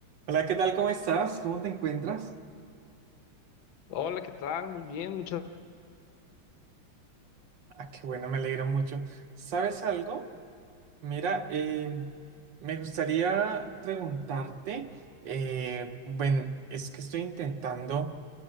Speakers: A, on the right; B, on the left.
A: Hola, ¿qué tal? ¿Cómo estás? ¿Cómo te encuentras?
B: Hola, ¿qué tal? Muy bien, muchas.
A: Ah, qué bueno, me alegra mucho. ¿Sabes algo? Mira, eh, me gustaría preguntarte, eh, bueno, es que estoy intentando